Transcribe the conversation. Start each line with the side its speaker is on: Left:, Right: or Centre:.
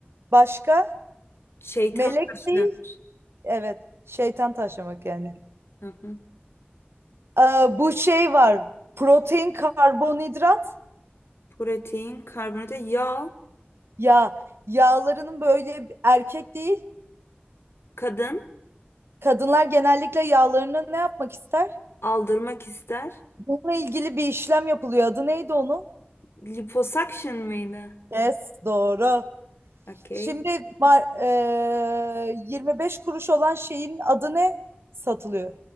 Right: Başka?
Left: Şeytan
Right: Melek
Left: taşlanır.
Right: değil. Evet. Şeytan taşlamak yani.
Left: Hı hı.
Right: Ee, bu şey var. Protein, karbonhidrat.
Left: Protein, karbonhidrat, yağ.
Right: Ya yağlarının böyle erkek değil.
Left: Kadın
Right: Kadınlar genellikle yağlarını ne yapmak ister?
Left: aldırmak ister.
Right: Bununla ilgili bir işlem yapılıyor. Adı neydi onun?
Left: Liposuction mıydı?
Right: Yes, doğru.
Left: Okey.
Right: Şimdi mar- eee, 25 kuruş olan şeyin adı ne? Satılıyor